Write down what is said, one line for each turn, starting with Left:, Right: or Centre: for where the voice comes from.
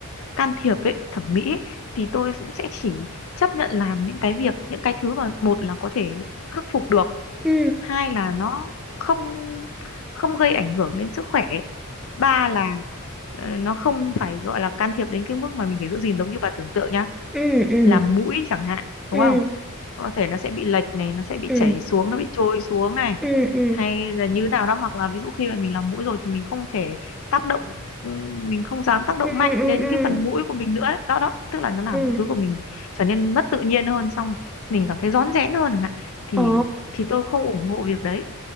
Left: can thiệp ấy thẩm mỹ ấy, thì tôi cũng sẽ chỉ chấp nhận làm những cái việc những cái thứ mà một là có thể khắc phục được
Centre: ừ
Left: hai là nó không không gây ảnh hưởng đến sức khỏe ba là ờ, nó không phải gọi là can thiệp đến cái mức mà mình phải giữ gìn giống như bà tưởng tượng nhá
Centre: ừ ừ
Left: làm mũi chẳng hạn
Centre: ừ
Left: đúng không có thể nó sẽ bị lệch này nó sẽ bị
Centre: ừ
Left: chảy xuống nó bị trôi xuống này
Centre: ừ ừ ừ
Left: hay là như nào đó hoặc là ví dụ khi mà mình làm mũi rồi thì mình không thể tác động ừ, mình không dám tác động
Centre: ừ
Left: mạnh
Centre: ừ
Left: đến
Centre: ừ
Left: cái phần mũi của mình nữa ấy. đó đó tức là nó làm
Centre: ừ
Left: mọi thứ của mình trở nên mất tự nhiên hơn xong mình cảm thấy rón rén hơn chẳng hạn thì
Centre: Ồ.
Left: thì tôi không ủng hộ việc đấy